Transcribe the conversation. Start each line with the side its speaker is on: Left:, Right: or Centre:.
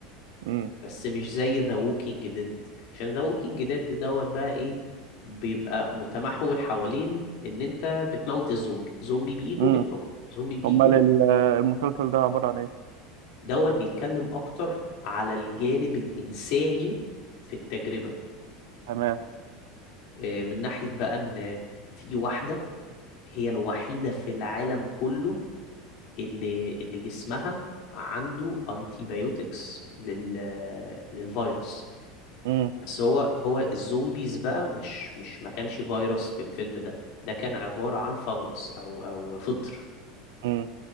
Right: امم
Left: بس مش زي ذا ووكينج ديد عشان ذا ووكينج ديد دوت بقى ايه بيبقى متمحور حوالين ان انت بتموت الزومبي زومبي بيجوا
Right: امم
Left: بتموته زومبي بيجوا
Right: امال
Left: بت...
Right: ال- المسلسل ده عباره عن ايه
Left: دوت بيتكلم اكتر على الجانب الانساني في التجربة
Right: تمام
Left: آه، من ناحية بقى ان في واحدة هي الوحيدة في العالم كله اللي اللي جسمها عنده انتيبيوتكس لل للفيروس
Right: امم
Left: بس هو هو الزومبيز بقى مش مش ما كانش فيروس في الفيلم ده ده كان عبارة عن فانجس او او فطر
Right: امم